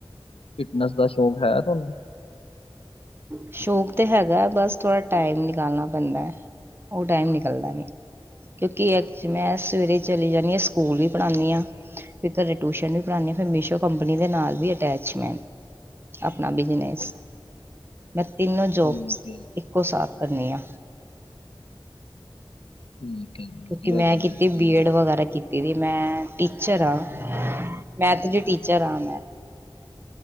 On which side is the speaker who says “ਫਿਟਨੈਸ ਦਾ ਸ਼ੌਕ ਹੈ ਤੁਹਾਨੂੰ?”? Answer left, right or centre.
Left